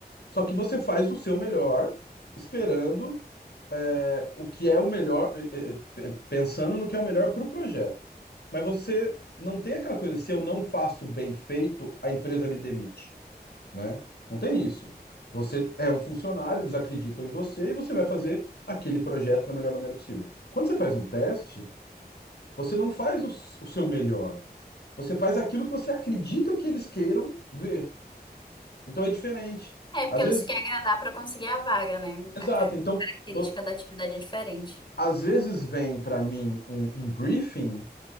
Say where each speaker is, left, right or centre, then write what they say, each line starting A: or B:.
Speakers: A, on the left; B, on the left.
A: Só que você faz o seu melhor, esperando é, o que é o melhor, é, é, é, pensando no que é o melhor para o projeto. Mas você não tem aquela coisa: se eu não faço bem feito, a empresa me demite. né? Não tem isso. Você é um funcionário, eles acreditam em você e você vai fazer aquele projeto da melhor maneira possível. Quando você faz um teste, você não faz o, s- o seu melhor. Você faz aquilo que você acredita que eles queiram ver. Então é diferente.
B: É porque
A: Às vezes,
B: você quer agradar para conseguir a vaga, né?
A: exato.
B: A ca-
A: Então,
B: característica
A: pô,
B: da atividade é diferente.
A: às vezes vem para mim um, um briefing